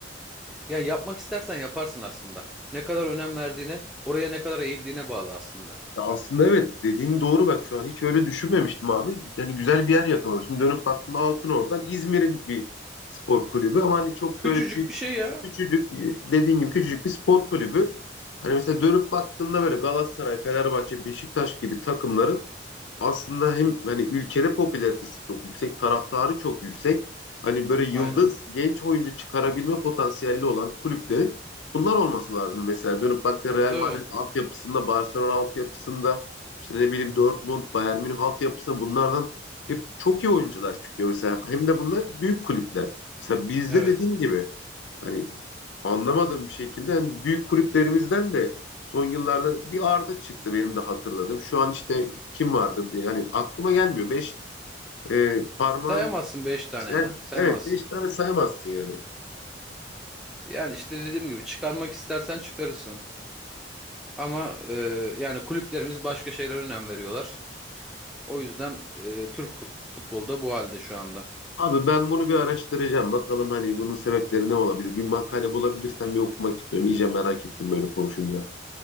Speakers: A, in the centre; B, on the left.
A: Ya yapmak istersen yaparsın aslında. Ne kadar önem verdiğine, oraya ne kadar eğildiğine bağlı aslında.
B: Ya aslında evet dediğin doğru bak şu an hiç öyle düşünmemiştim abi. Yani güzel bir yer yakaladım. Şimdi dönüp baktığında altın oradan İzmir'in bir spor kulübü ama hani çok
A: Küçücük
B: da öyle büyük
A: bir şey ya.
B: küçücük e, dediğin gibi küçücük bir spor kulübü. Hani mesela dönüp baktığında böyle Galatasaray, Fenerbahçe, Beşiktaş gibi takımların aslında hem hani ülkede popülaritesi çok yüksek, taraftarı çok yüksek. Hani böyle yıldız
A: Aynen.
B: genç oyuncu çıkarabilme potansiyelli olan kulüplerin bunlar olması lazım. Mesela dönüp baktığında
A: E,
B: Real
A: Tabii.
B: Madrid altyapısında, Barcelona altyapısında, işte ne bileyim Dortmund, Bayern Münih altyapısında bunlardan hep çok iyi oyuncular çıkıyor. Mesela hem de bunlar büyük kulüpler. Mesela bizde
A: Evet.
B: dediğim gibi Hani anlamadığım bir şekilde hani büyük kulüplerimizden de son yıllarda bir Arda çıktı benim de hatırladım. Şu an işte kim vardır diye hani aklıma gelmiyor. Beş e, parmağın
A: Sayamazsın 5 tane
B: sen,
A: ya. Sayamazsın.
B: evet beş tane sayamazsın yani.
A: Yani işte dediğim gibi çıkarmak istersen çıkarırsın. Ama e, yani kulüplerimiz başka şeylere önem veriyorlar. O yüzden e, Türk fut- futbolu da bu halde şu anda.
B: Abi ben bunu bir araştıracağım. Bakalım hani bunun sebepleri ne olabilir? Bir makale bulabilirsem bir okumak istiyorum. İyice merak ettim böyle konuşunca.